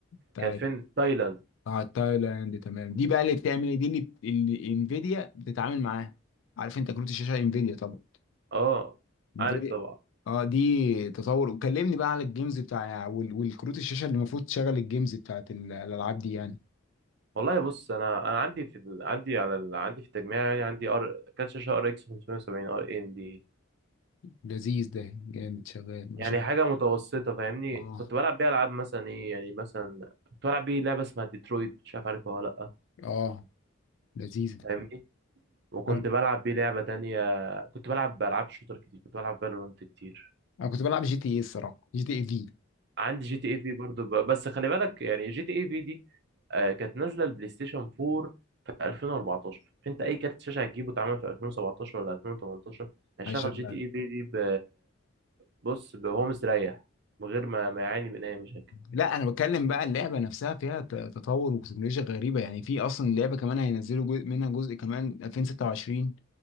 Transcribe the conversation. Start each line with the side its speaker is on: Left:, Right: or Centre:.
Left: بتاعت
Right: كانت فين تايلاند
Left: بتاعت تايلاند تمام دي بقى اللي بتعمل ايه دي اللي اللي انفيديا بتتعامل معاها عارف انت كروت الشاشه انفيديا طبعا
Right: اه
Left: نفيديا
Right: عارف طبعا
Left: اه دي تطور وكلمني بقى على الجيمز بتاع وال- والكروت الشاشه اللي المفروض تشغل الجيمز بتاعت ال- الالعاب دي يعني
Right: والله بص انا انا عندي في ال... عندي على ال... عندي في التجميع يعني عندي ار كارت شاشة ار اكس 570 ار ام دي
Left: لذيذ ده جامد شغال
Right: يعني
Left: ما شاء الله
Right: حاجة متوسطة فاهمني
Left: اه
Right: كنت بلعب بيها العاب مثلا ايه يعني مثلا كنت بلعب بيه لعبة اسمها ديترويت مش عارف عارفها ولا
Left: اه لذيذ
Right: فاهمني وكنت
Left: انا
Right: بلعب بيه لعبة تانية كنت بلعب بألعاب شوتر كتير كنت بلعب فالورانت كتير
Left: انا كنت بلعب جي تي ايه الصراحه جي تي ايه في
Right: عندي جي تي اي في برضه ب... بس خلي بالك يعني جي تي اي في دي آه، كانت نازلة البلاي ستيشن 4 في 2014 انت اي كارت شاشة هتجيبه اتعمل في 2017 ولا 2018 هيشغل
Left: شغال
Right: جي تي اي في دي ب... بص ب- وهو مستريح من غير ما ما يعاني من اي مشاكل
Left: لا انا بتكلم بقى اللعبه نفسها فيها ت- تطور وتكنولوجيا غريبه يعني في اصلا اللعبه كمان هينزلوا جزء منها جزء كمان 2026